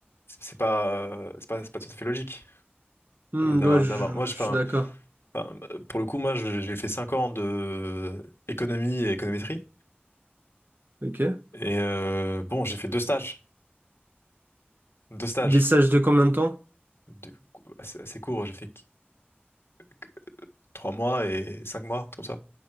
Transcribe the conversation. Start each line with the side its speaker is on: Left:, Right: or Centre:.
Left: C'est c'est pas, euh, c'est pas, c'est pas tout à fait logique
Right: Hmm,
Left: euh, d'avoir,
Right: ouais, je,
Left: d'avoir. Moi, je,
Right: je
Left: enfin,
Right: suis d'accord.
Left: enfin, pour le coup, moi, je- j'ai fait 5 ans de économie et économétrie.
Right: Ok.
Left: Et euh, bon, j'ai fait deux stages, deux stages
Right: Des stages de combien de temps?
Left: de- assez, assez courts. J'ai fait qu- qu- trois mois et cinq mois, comme ça.